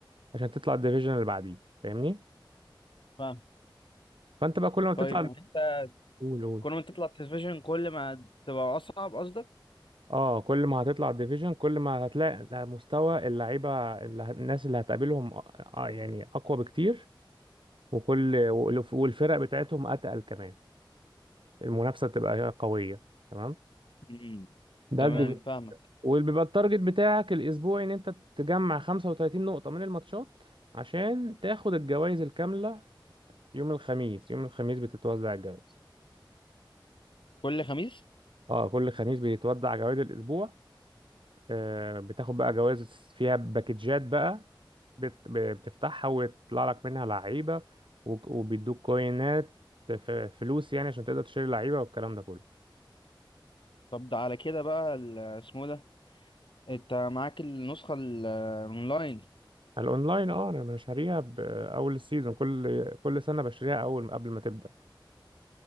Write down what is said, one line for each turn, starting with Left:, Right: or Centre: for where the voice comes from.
Right: عشان تطلع الديفيجن اللي بعديه فاهمني
Left: فاهم
Right: فأنت بقى كل ما تطلع
Left: طيب
Right: تمام
Left: انت
Right: قول قول
Left: كل ما تطلع التلفزيون كل ما تبقى اصعب قصدك
Right: اه كل ما هتطلع الديفيجن كل ما هتلاقي مستوى اللعيبه اللي هت- الناس اللي هتقابلهم آه، آه، يعني اقوى بكتير وكل والف- والفرق بتاعتهم اتقل كمان المنافسه بتبقى قويه تمام ده
Left: امم
Right: تمام
Left: تمام
Right: الديفيجن تمام
Left: فاهمك
Right: وبيبقى التارجت بتاعك الاسبوعي ان انت تجمع 35 نقطه من الماتشات عشان تاخد الجوائز الكامله يوم الخميس يوم الخميس بتتوزع الجوائز
Left: كل خميس
Right: اه كل خميس بيتوزع جوائز الاسبوع آه بتاخد بقى جوائز فيها باكجات بقى بت- بتفتحها ويطلع لك منها لعيبه وك- وبيدوك كوينات ف- فلوس يعني عشان تقدر تشتري لعيبه والكلام ده كله
Left: طب ده على كده بقى ال- اسمه ده انت معاك النسخة الاونلاين
Right: الاونلاين اه انا بشتريها باول السيزون كل كل سنه بشتريها اول قبل ما تبدا